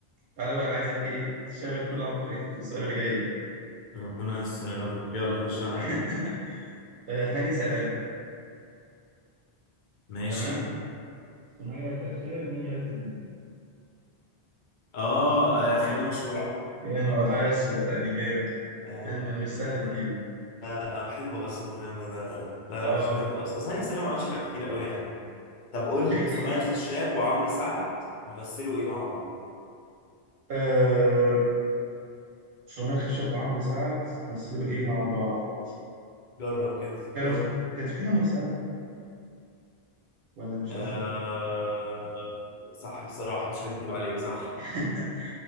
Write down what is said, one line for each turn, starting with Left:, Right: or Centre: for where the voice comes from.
Right: تعالى بقى انا عايزك ايه تشغل كل عبقريتك في السؤال اللي جاي ده
Left: ربنا يستر يا رب يلا خش عليا
Right: <laughs> آه، هاني سلام
Left: ماشي
Right: تمام سمية الخشاب مي عز الدين
Left: أه آه، خيانة مشروع
Right: هي انا عايش صدقني جامد
Left: آه،
Right: فيلم مش سهل
Left: آه،
Right: تجيبه
Left: لا لا أنا بحبه أصلا الفيلم ده لا
Right: اه
Left: لا بس بحبه أصلا أصلا هاني سلامة ما عملش حاجة كتير قوي يعني طب قول لي
Right: دي حقيقة
Left: سمية الخشاب وعمرو سعد يمثلوا ايه مع بعض
Right: آه سمية الخشاب وعمرو سعد مثلوا
Left: مم.
Right: ايه مع بعض
Left: جرب كده
Right: كانوا
Left: جرب
Right: في... كانت في حين ميسرة ولا مش
Left: آه...
Right: قصدك عليه
Left: صح بصراحة مش هكدب عليك صح
Right: <laughs>